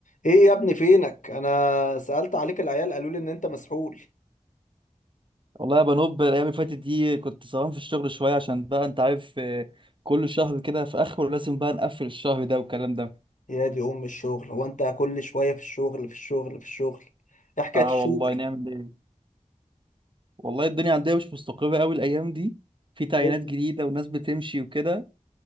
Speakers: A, on the left; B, on the right.
A: ايه يا ابني فينك انا سألت عليك العيال قالوا لي ان انت مسحول
B: والله يا بنوب الايام اللي فاتت دي كنت سهران في الشغل شويه عشان بقى انت عارف آه، كل شهر كده في اخره لازم بقى نقفل الشهر ده والكلام ده
A: يا دي ام الشغل هو انت كل شوية في الشغل في الشغل في الشغل ايه حكاية
B: اه
A: الشغل
B: والله نعمل ايه والله الدنيا عندنا مش مستقره قوي الايام دي في تعيينات
A: إيه؟
B: جديده وناس بتمشي وكده